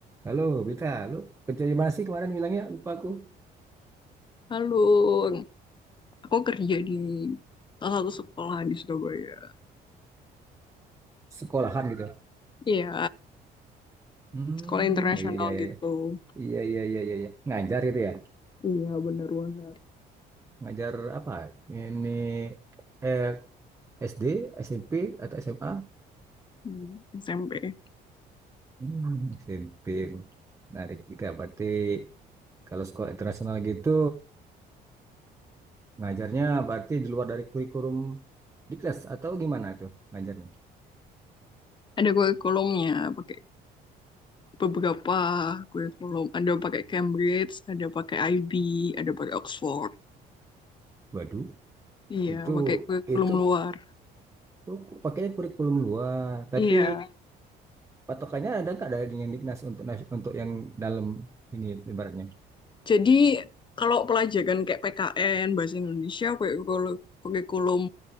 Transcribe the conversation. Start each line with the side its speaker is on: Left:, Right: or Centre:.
Right: Halo, Bita, lu kerja di mana sih kemarin bilangnya? Lupa aku.
Left: Halo, aku kerja di salah satu sekolah di Surabaya.
Right: Sekolahan gitu.
Left: Iya,
Right: Hmm,
Left: sekolah internasional
Right: iya, iya,
Left: gitu.
Right: iya. Iya, iya, iya, iya. iya. Ngajar gitu ya?
Left: Iya, bener banget.
Right: Ngajar apa? Ini eh, SD, SMP, atau SMA?
Left: Hmm, SMP.
Right: Hmm, SMP. Menarik juga. Berarti kalau sekolah internasional gitu, ngajarnya berarti di luar dari kurikulum di kelas atau gimana tuh ngajarnya?
Left: Ada kurikulumnya, pakai beberapa kurikulum. Ada pakai Cambridge, ada pakai IB, ada pakai Oxford.
Right: Waduh,
Left: Iya,
Right: itu
Left: pakai kurikulum
Right: itu
Left: luar.
Right: tuh pakainya kurikulum luar,
Left: Iya.
Right: tapi patokannya ada nggak dari yang Dignas untuk nas- untuk yang dalam ini ibaratnya?
Left: Jadi kalau pelajaran kayak PKN, bahasa Indonesia, pakai kurikulum kurikulum